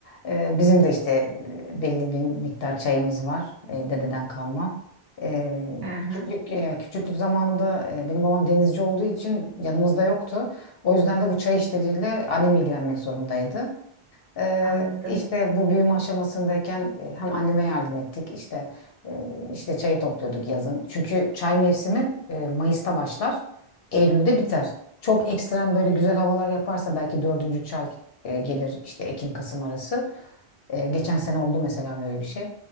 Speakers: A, on the left (about 70°); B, on the right (about 55°).
A: E, Bizim de işte e, belli bir miktar çayımız var e, dededen kalma. Ee,
B: hı hı,
A: küçüklük yani küçüklük zamanımda e, benim babam denizci olduğu için yanımızda yoktu. O yüzden de bu çay işleriyle annem ilgilenmek zorundaydı. Ee,
B: anladım.
A: işte bu büyüme aşamasındayken e, hem anneme yardım ettik işte e, işte çayı topluyorduk yazın. Çünkü çay mevsimi e, Mayıs'ta başlar, Eylül'de biter. Çok ekstrem böyle güzel havalar yaparsa belki dördüncü çay e, gelir işte Ekim-Kasım arası. E, geçen sene oldu mesela böyle bir şey.